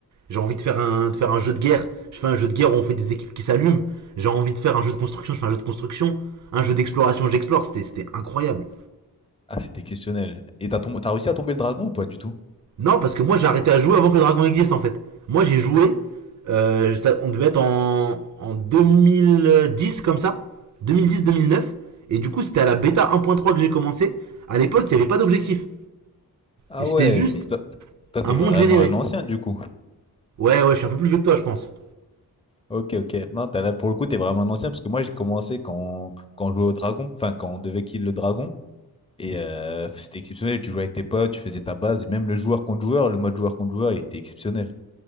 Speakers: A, on the right (about 50°); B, on the left (about 15°).
A: J'ai envie de faire un, de faire un jeu de guerre. Je fais un jeu de guerre où on fait des équipes qui s'allument. J'ai envie de faire un jeu de construction. Je fais un jeu de construction. Un jeu d'exploration, j'explore. C'était, c'était incroyable.
B: ah, c'était exceptionnel. Et t'as tombé, t'as réussi à tomber le dragon ou pas du tout?
A: Non, parce que moi j'ai arrêté à jouer avant que le dragon existe en fait. Moi j'ai joué, euh, ça- on devait être en, en 2010 comme ça, 2010-2009, et du coup c'était à la bêta 1.3 que j'ai commencé. À l'époque il n'y avait pas d'objectif,
B: Ah
A: et c'était
B: ouais,
A: juste
B: mais toi, toi, t'es
A: un monde
B: vraiment
A: généré.
B: un ancien du coup.
A: Ouais, ouais, je suis un peu plus vieux que toi je pense.
B: Ok, ok. Non, t'as là, pour le coup, t'es vraiment un ancien parce que moi, j'ai commencé quand, quand on jouait au dragon, enfin, quand on devait kill le dragon. Et euh, c'était exceptionnel, tu jouais avec tes potes, tu faisais ta base, et même le joueur contre joueur, le mode joueur contre joueur, il était exceptionnel.